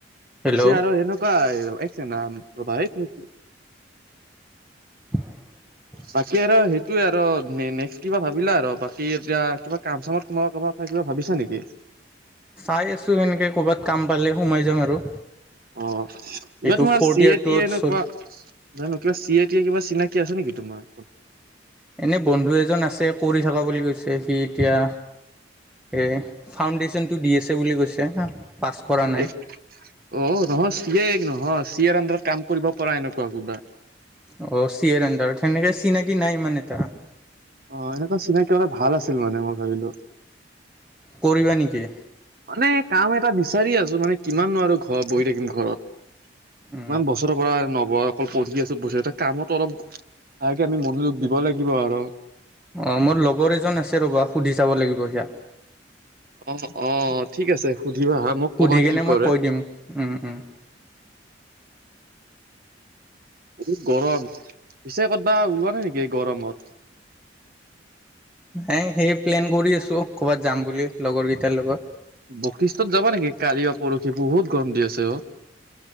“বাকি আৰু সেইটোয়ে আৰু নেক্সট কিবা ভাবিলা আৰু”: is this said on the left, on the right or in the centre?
Right